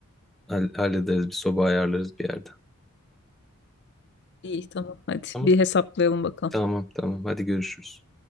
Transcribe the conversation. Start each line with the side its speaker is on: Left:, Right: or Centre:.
Centre: Hall- Hallederiz bir soba ayarlarız bir yerde.
Left: İyi tamam hadi
Centre: Tamam.
Left: bir hesaplayalım bakalım.
Centre: Tamam tamam. Hadi görüşürüz.